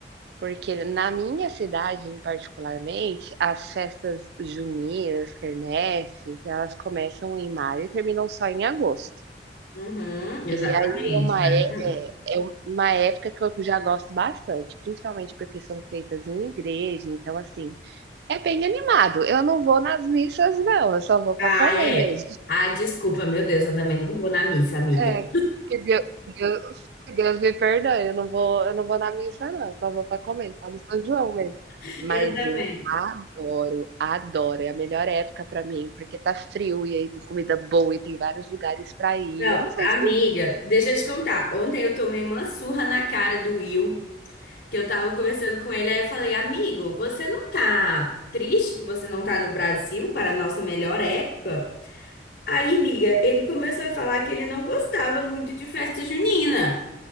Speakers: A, on the right; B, on the left.
A: Porque na minha cidade, em particularmente, as festas juninas, quermesses, elas começam em maio e terminam só em agosto.
B: Uhum, exatamente.
A: E aí é uma
B: Maravilhoso.
A: é é é um, uma época que eu já gosto bastante, principalmente porque são feitas em igreja, então assim, é bem animado. Eu não vou nas missas não, eu só vou para
B: Ah,
A: comer
B: é.
A: mesmo.
B: Ah, desculpa, meu Deus, eu também não vou na missa, amiga.
A: É, que Deu que Deus que Deus me perdoe, eu não vou eu não vou na missa não, eu só vou para comer, só no São João mesmo.
B: <laughs>
A: Mas
B: Eu também.
A: eu adoro, adoro, é a melhor época para mim, porque tá frio e aí tem comida boa e tem vários lugares para ir,
B: Não,
A: eu não sei
B: amiga,
A: se
B: deixa eu te contar. Ontem eu tomei uma surra na cara do Will, que eu tava conversando com ele, aí eu falei, amigo, você não tá triste que você não tá no Brasil para a nossa melhor época? Aí, amiga, ele começou a falar que ele não gostava muito de festa junina.